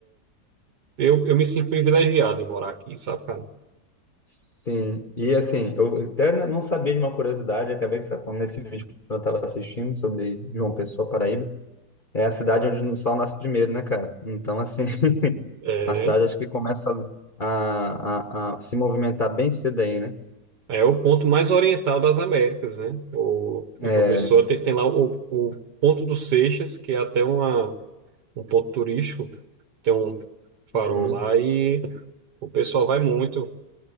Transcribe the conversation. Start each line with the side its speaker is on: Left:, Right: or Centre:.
Right: Eu, eu me sinto privilegiado em morar aqui, sabe, cara?
Left: Sim. E assim, eu eu até não sabia de uma curiosidade, acabei sacando nesse vídeo que eu estava assistindo sobre João Pessoa, Paraíba. É a cidade onde o sol nasce primeiro, né, cara? Então, assim, <laughs>
Right: É,
Left: a cidade acho que começa a, a, a se movimentar bem cedo aí, né?
Right: é o ponto mais oriental das Américas, né? O,
Left: É.
Right: em João Pessoa tem, tem lá o, o Ponto dos Seixas, que é até uma, um ponto turístico, tem um farol
Left: Uhum.
Right: lá e o pessoal vai muito.